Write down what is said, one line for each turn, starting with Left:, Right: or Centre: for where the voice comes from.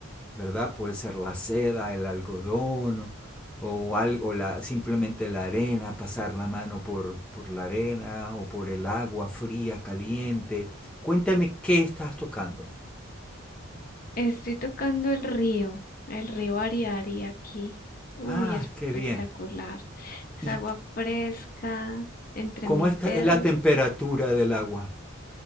Centre: ¿verdad? Puede ser la seda, el algodón o, algo, la, simplemente la arena, pasar la mano por, por la arena o por el agua fría, caliente. Cuéntame qué estás tocando.
Left: Estoy tocando el río, el río Ariari aquí. Uy,
Centre: Ah,
Left: espectacular.
Centre: qué bien.
Left: Es
Centre: ¿Y
Left: agua fresca entre
Centre: cómo
Left: mis
Centre: está,
Left: dedos.
Centre: es la temperatura del agua?